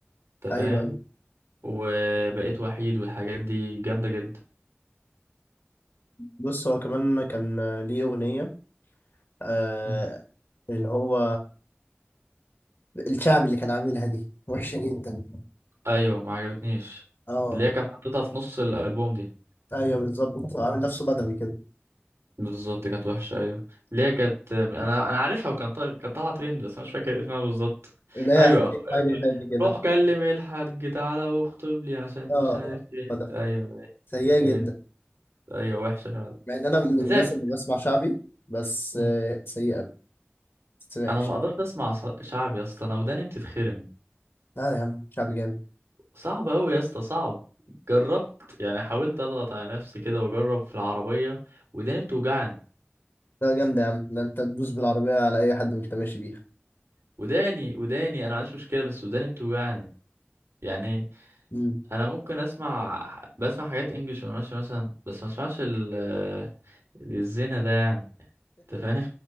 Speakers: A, on the right (about 85°); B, on the left (about 60°).
A: انت
B: أيوه
A: فاهم
B: أيوه
A: وبقيت وحيد والحاجات دي جامدة جدا
B: بص هو كمان كان آه، ليه أغنية آه
A: مم.
B: اللي هو الشعبي اللي كان عاملها دي وحشة جدا
A: ايوه ما عجبتنيش
B: اه
A: اللي هي كانت حطيتها في نص الالبوم دي
B: أيوه بالظبط عامل نفسه بدوي كده
A: بالظبط كانت وحشة أيوة اللي هي كانت أنا أنا عارفها وكان طالع كانت طالعة ترند بس أنا مش فاكر اسمها بالظبط
B: اللي هي
A: أيوة
B: أحكي لك حاجة حاجة كده
A: روح كلم الحاج تعالى واخطب لي عشان
B: اه
A: مش عارف ايه
B: بدوي
A: أيوة
B: سيئة جدا
A: هي دي. أيوة وحشة فعلا
B: مع ان انا من الناس
A: بس هي-
B: اللي بسمع شعبي بس
A: مم.
B: آه، سيئه ما بتسمعش
A: أنا ما قدرت أسمع ص- شعب يا اسطى أنا وداني بتتخرم
B: لا يا عم شعبي جامد
A: صعب أوي يا اسطى صعب جربت يعني حاولت أضغط على نفسي كده وأجرب في العربية وداني بتوجعني
B: لا جامد يا عم ده انت تدوس بالعربيه على اي حد وانت ماشي بيها
A: وداني وداني أنا معنديش مشكلة بس وداني بتوجعني يعني
B: مم.
A: انا ممكن اسمع بسمع حاجات انجلش وانا ماشي مثلا بس ما اسمعش ال الزنا ده يعني انت فاهم